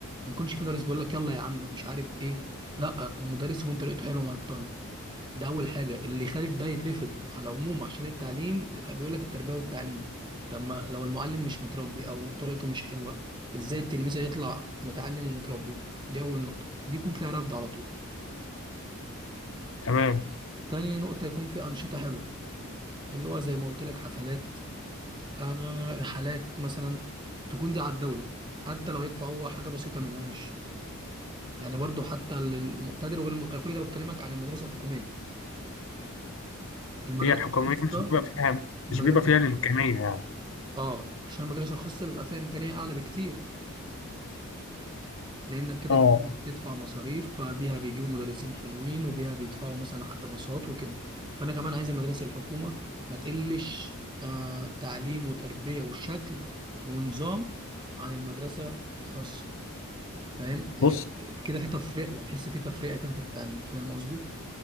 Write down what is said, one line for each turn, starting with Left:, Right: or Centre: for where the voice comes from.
Right: ما يكونش في مدرس بيقول لك يلا يا عم مش عارف إيه لا المدرس يكون طريقته حلوة مع الطالب ده اول حاجه اللي يخالف ده يترفض على العموم عشان التعليم بيقول لك التربيه والتعليم طب ما لو المعلم مش متربي او طريقته مش حلوه ازاي التلميذ هيطلع متعلم ومتربي دي اول نقطه دي يكون فيها رفض على طول
Left: تمام
Right: تاني نقطه يكون في انشطه حلوه اللي هو زي ما قلت لك حفلات آه رحلات مثلا تكون دي على الدوله حتى لو هيدفع هو حاجه بسيطه منها ماشي يعني برضو حتى للمقتدر وغير الم... أنا كل ده بتكلمك عن المدرسه الحكوميه المدرسه
Left: هي الحكوميه
Right: الخاصه
Left: مش بيبقى فيها
Right: المدرسه
Left: مش بيبقى فيها الامكانيه يعني
Right: اه عشان المدرسة الخاصة بيبقى فيها إمكانية أعلى بكتير لأنك كده
Left: اه
Right: كده بتدفع مصاريف فبيها بيجيبوا مدرسين حلوين وبيها بيدفعوا مثلا حق باصات وكده فأنا كمان عايز المدارس الحكومة ما تقلش آه تعليم وتربية وشكل ونظام عن المدرسة الخاصة فاهم
Left: بص
Right: آه، كده في تفرقة بحس في تفرقة كده في التعليم فاهم قصدي؟